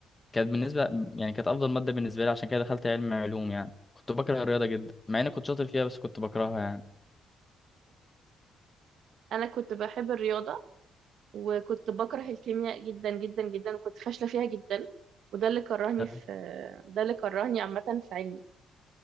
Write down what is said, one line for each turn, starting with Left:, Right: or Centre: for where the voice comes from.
Left: كانت بالنسبة يعني كانت أفضل مادة بالنسبة لي عشان كده دخلت علم علوم يعني كنت بكره الرياضة جدا مع إني كنت شاطر فيها بس كنت بكرهها يعني
Right: انا كنت بحب الرياضه وكنت بكره الكيمياء جدا جدا جدا وكنت فاشلة فيها جدا وده اللي كرهني
Left: تمام.
Right: في آه، ده اللي كرهني عامة في علمي